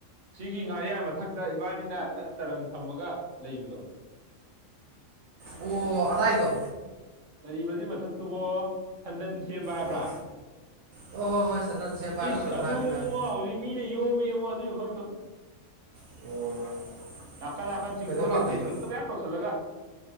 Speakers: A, on the right (about 70°); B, on the right (about 80°).
A: ꯁꯤꯒꯤ ꯉꯥꯔꯤꯌꯥ ꯃꯊꯛꯇ ꯏꯕꯥꯅꯤꯅ ꯅꯪ ꯇꯔꯪ ꯊꯝꯃꯒ ꯂꯩꯕꯗꯣ
B: ꯑꯣ ꯑꯗꯥꯏꯗꯣ
A: ꯀꯔꯤꯕꯗꯤ ꯃꯊꯛꯇꯨꯕꯣ ꯁꯟꯗꯟ ꯁꯦꯝꯕ ꯍꯥꯏꯕ꯭ꯔꯥ
B: ꯍꯣꯏ ꯍꯣꯏ ꯍꯣꯏ ꯍꯣꯏ ꯆꯟꯗꯟ ꯁꯦꯝꯕ ꯍꯥꯏꯕ꯭ꯔꯥ
A: ꯏꯁ
B: ꯀꯩꯅꯣꯝ
A: ꯑꯗꯨ
B: ꯍꯥꯏꯕꯅꯤ ꯍꯥꯏꯕꯅꯤ
A: ꯉꯣ ꯍꯧꯖꯤꯛ ꯃꯤꯅ ꯌꯣꯃꯦꯉꯣ ꯑꯗꯨꯏ ꯃꯐꯝꯗꯣ
B: ꯑꯣ
A: ꯅꯥꯀꯟ ꯅꯥꯀꯟ ꯆꯤꯡꯗꯣꯟꯗ
B: ꯀꯩꯗꯧ ꯂꯥꯛꯅꯩꯕ
A: ꯀꯦꯝꯄꯤꯡꯗꯣ ꯃꯌꯥꯝ ꯇꯧꯁꯤꯜꯂꯒ